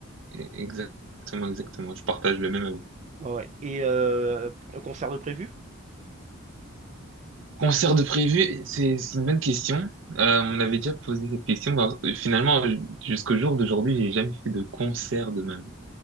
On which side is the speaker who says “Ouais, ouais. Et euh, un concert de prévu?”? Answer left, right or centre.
Right